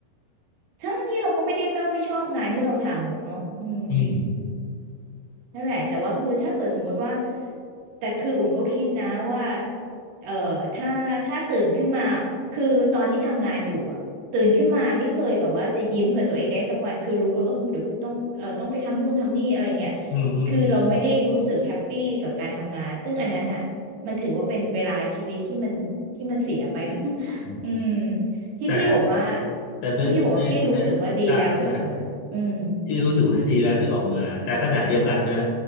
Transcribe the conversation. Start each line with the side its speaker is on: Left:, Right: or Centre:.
Right: ทั้งที่เราก็ไม่ได้ไม่ไม่ชอบงานที่เราทำหรอกเนาะอืม
Left: อืม
Right: นั่นแหละแต่ว่าคือถ้าเกิดสมมุติว่าแต่คืออุ่นก็คิดนะว่าเอ่อถ้าถ้าตื่นขึ้นมาคือตอนที่ทำงานอยู่อะตื่นขึ้นมาไม่เคยแบบว่าจะยิ้มกับตัวเองได้สักวันคือรู้ว่าเออเดี๋ยวกูต้องเออต้องไปทำนู่นทำนี่อะไรเงี้ย
Left: อืมอืมอ
Right: คือเราไม่ได้รู้สึกแฮปปี้กับการทำงานซึ่งอันนั้นอ่ะมันถือว่าเป็นเวลาชีวิตที่มันที่มันเสียไป <laughs>
Left: ืม
Right: อืมที่พี่บอกว่า
Left: แต่แต่ไม่ในใน
Right: ที่พี่บอกว่าพี่รู้สึกว่าดีแล้วที่ออกมาอืม
Left: ใช่ใช่ ที่รู้สึกว่าดีแล้วที่ออกมาแต่ขณะเดียวกันนะ